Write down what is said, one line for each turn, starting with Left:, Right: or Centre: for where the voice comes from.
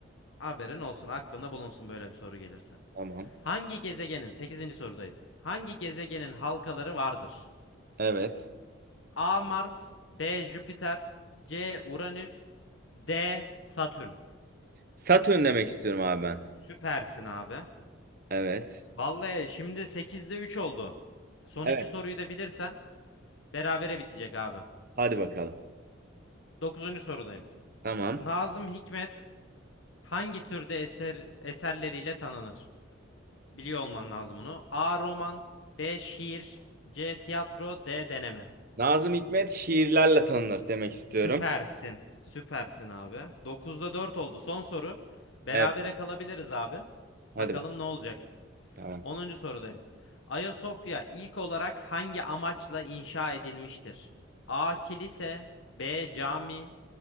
Left: Haberin olsun, aklında bulunsun böyle bir soru gelirse.
Right: Tamam.
Left: Hangi gezegenin sekizinci sorudayım. Hangi gezegenin halkaları vardır?
Right: Evet.
Left: A. Mars B. Jüpiter C. Uranüs D. Satürn.
Right: Satürn demek istiyorum abi ben.
Left: Süpersin abi.
Right: Evet.
Left: Vallahi şimdi sekizde 3 oldu. Son
Right: Evet.
Left: iki soruyu da bilirsen berabere bitecek abi.
Right: Hadi bakalım.
Left: Dokuzuncu sorudayım.
Right: Tamam.
Left: Nazım Hikmet hangi türde eser eserleriyle tanınır? Biliyor olman lazım bunu. A. Roman B. Şiir C. Tiyatro D. Deneme.
Right: Nazım Hikmet şiirlerle tanınır demek istiyorum.
Left: Süpersin. Süpersin abi. Dokuzda 4 oldu. Son soru. Berabere
Right: Evet.
Left: kalabiliriz abi.
Right: Hadi
Left: Bakalım
Right: bakalım.
Left: ne olacak.
Right: Tamam.
Left: Onuncu sorudayım. Ayasofya ilk olarak hangi amaçla inşa edilmiştir? A. Kilise B. Cami